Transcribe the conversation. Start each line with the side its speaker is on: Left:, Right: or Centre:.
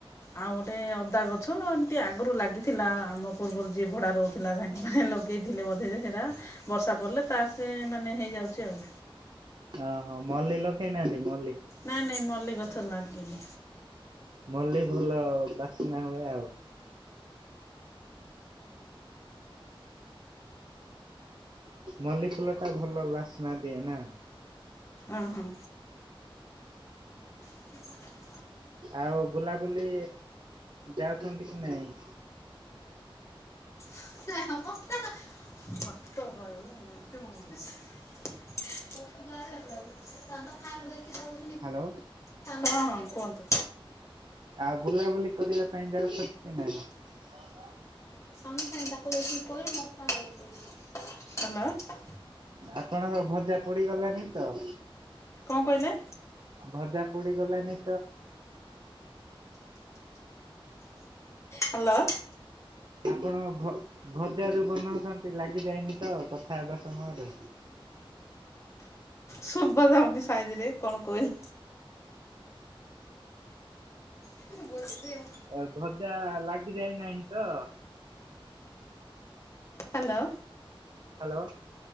Left: ଆଉ ଗୋଟେ ଅଦା ଗଛ ଏମିତି ଆଗରୁ ଲାଗିଥିଲା ଆମ ପୂର୍ବରୁ ଯିଏ ଭଡା ରହୁଥିଲା। ହେଁ ଲଗେଇଥିଲେ ବୋଧେ ଯେ ସେଇଟା ବର୍ଷା ପଡ଼ିଲେ ତା ସେ ମାନେ ହେଇଯାଉଛି ଆଉ।
Right: ଓହୋ ମଲ୍ଲୀ ଲଗେଇନାହାନ୍ତି ମଲ୍ଲୀ।
Left: ନାଇଁ ନାଇଁ ମଲ୍ଲିଗଛ ଲାଗିନି।
Right: ମଲ୍ଲି ଭଲ ବାସ୍ନା ହୁଏ ଆଉ। ମଲ୍ଲି ଫୁଲ ଟା ଭଲ ଲସ୍ନା ଦିଏ ନା।
Left: ଅ ହଁ। ହ
Right: ଆଉ ବୁଲାବୁଲି ଯାଉଛନ୍ତି କି ନାଇଁ।
Left: <unintelligible> <unintelligible>
Right: ହାଲୋ
Left: ହଁ ହଁ କୁହନ୍ତୁ
Right: ଆଉ ବୁଲାବୁଲି କରିବା ପାଇଁ ଯାଉଛନ୍ତି କି ନାହିଁ। <unintelligible>
Left: <unintelligible> ହାଲୋ
Right: ଆପଣଙ୍କ ଭଜା ପୋଡ଼ି ଗଲାନି ତ।
Left: କଣ କଇଲେ।
Right: ଭଜା ପୋଡ଼ି ଗଲାନି।
Left: ହାଲୋ।
Right: ଆପଣ ଭ ଭଜା ଯୋଉ ବନାଉଛନ୍ତି ଲାଗିଯାଇନି ତ କଥା ହେବା ସମୟରେ।
Left: ଶୁବା ଯାଉନି ସାଇଜିରେ କଣ କଇଲେ। <unintelligible>
Right: ଏ ଭଜା ଲାଗିଯାଇନାହିଁ ତ।
Left: ହାଲୋ।
Right: ହାଲୋ।